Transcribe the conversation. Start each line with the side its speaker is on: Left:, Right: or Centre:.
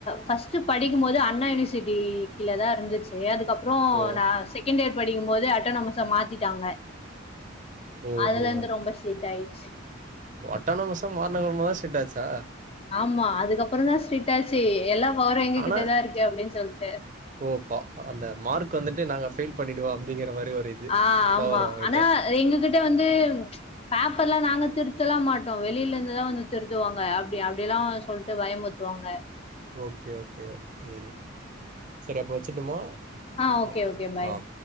Left: பர்ஸ்ட்டு படிக்கும்போது அண்ணா யூனிவர்சிட்டி கீல தா இருந்துச்சி செரி அதுக்கப்புறம்
Right: ஓ
Left: நான் செகண்ட் இயர் படிக்கும்போது அட்டனமஸ மாத்திட்டாங்க
Right: ஓஹோ
Left: அதுல இருந்து ரொம்ப ஸ்ட்ரிக்ட் ஆயிடுச்சு
Right: அட்டானமஸ மார்ன அப்பறமாதா ஸ்டிட் ஆச்சா
Left: ஆமா அதுக்கப்புறம் தா ஸிட்டாச்சி எல்லா பவரே எங்ககிட்டதா
Right: ஆனா
Left: இருக்கு அப்டின் சொல் ட்டு
Right: ஓ பா அந்த மார்க்கு வந்துட்டு நாங்க பெயில் பண்ணிடுவோம் அப்டிங்கிற மாரி ஒரு இது
Left: ஆ ஆமா
Right: பவர் அவங்ககிட்ட
Left: ஆனா எங்ககிட்ட வந்து பேப்பர்லா நாங்க திருத்தலா மாட்டோம் வெளில இருந்துதா வந்து திருத்துவாங்க அப்டி அப் அப்டிலா சொல்ட்டு பயமுறுத்துவாங்க
Right: ஓகே ஓகே ஓகே செரி அப்போ வச்சுட்டுமா
Left: ஆ ஓகே
Right: ஆம்
Left: ஓகே பாய்
Right: ஆம்